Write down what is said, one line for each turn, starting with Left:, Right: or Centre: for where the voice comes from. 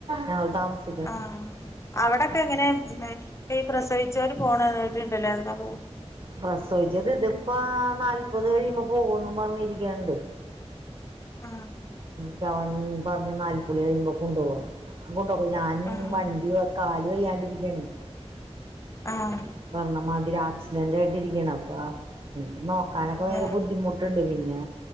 Right: ഞങ്ങൾ താമസി
Left: ആഹ് അവിടൊക്കെ എങ്ങനെ ഇപ്പ ഈ പ്രസവിച്ചവര് പോണന്ന്ട്ടുണ്ടല്ലോ എന്താ പോ
Right: പ്രസവിച്ചത് ഇതിപ്പോ നാല്പത് കഴിമ്പോ പോവെന്നും പറഞ്ഞിരിക്കണ്ട്
Left: ആഹ്
Right: ഇക്ക അവൻ പറഞ്ഞ് നാല്പ്പുളി കഴിയുമ്പോ കൊണ്ടുപോണം കൊണ്ടോക്കൊ ഞാൻ
Left: ആഹ്
Right: വണ്ടി വ കാല് വയ്യാണ്ടിരിക്കണേ
Left: ആഹ്
Right: പറണമാതിരി ആക്സിഡന്റ് ആയിട്ടിരിക്കാണ് അപ്പ എനിക്ക് നോ ക്കാനൊക്കെ
Left: അതെ
Right: ഭയങ്കര ബുദ്ധിമുട്ടുണ്ട് പിന്നെ